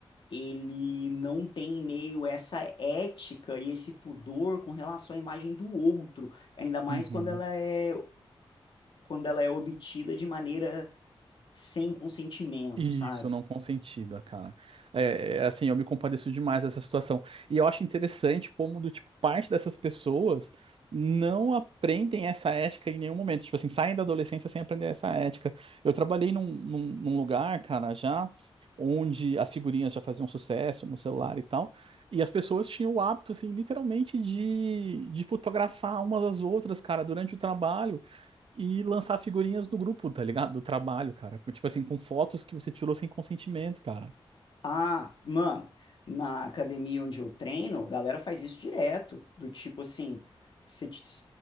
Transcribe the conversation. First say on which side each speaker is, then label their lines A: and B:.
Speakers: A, on the left; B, on the right.
A: ele não tem meio essa ética e esse pudor com relação à imagem do outro, ainda mais
B: Uhum.
A: quando ela é quando ela é obtida de maneira sem consentimento,
B: Isso,
A: sabe?
B: não consentida, cara. É, é, assim, eu me compadeço demais dessa situação. E eu acho interessante como, do tipo, parte dessas pessoas não aprendem essa ética em nenhum momento. Tipo assim, saem da adolescência sem aprender essa ética. Eu trabalhei num, num, num lugar, cara, já onde as figurinhas já faziam sucesso no celular e tal. E as pessoas tinham o hábito, assim, literalmente de, de fotografar umas às outras, cara, durante o trabalho. e lançar figurinhas do grupo, tá ligado? Do trabalho, cara. Tipo assim, com fotos que você tirou sem consentimento, cara.
A: Ah, mano, na academia onde eu treino, a galera faz isso direto, do tipo assim, você te-